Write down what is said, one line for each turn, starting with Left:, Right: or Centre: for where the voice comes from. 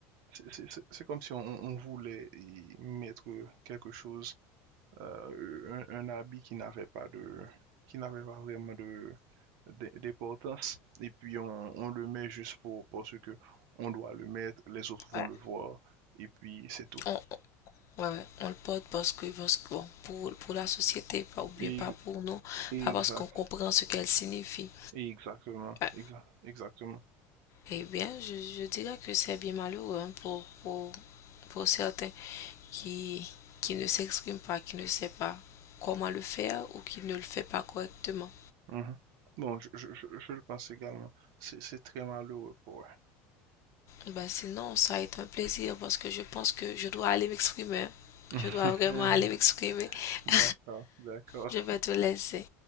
Right: c'est- c'est- c'est- comme si on, on voulait y mettre quelque chose, euh, un, un habit qui n'avait pas de, qui n'avait pas vraiment de, d- d'importance, et puis on, on le met juste pour, parce que on doit le mettre, les autres vont
Left: Ouais.
Right: le voir, et puis c'est tout.
Left: On, Ouais, ouais, on le porte parce que, parce que, bon, pour, pour la société, pas, ou bien
Right: Et-
Left: pas pour nous,
Right: exact,
Left: pas parce qu'on comprend ce qu'elle signifie.
Right: exactement,
Left: Ouais.
Right: exa- exactement.
Left: Eh bien, je, je dirais que c'est bien malheureux hein, pour, pour, pour certains qui, qui ne s'expriment pas, qui ne savent pas comment le faire ou qui ne le fait pas correctement.
Right: Mhm. Bon, je, je, je- je le pense également. C'est c'est très malheureux pour eux.
Left: Ben, sinon, ça est un plaisir parce que je pense que je dois aller m'exprimer. hein.
Right: <laughs>
Left: Je dois vraiment aller m'exprimer.
Right: D'accord,
Left: <laughs>
Right: d'accord,
Left: Je vais te laisser.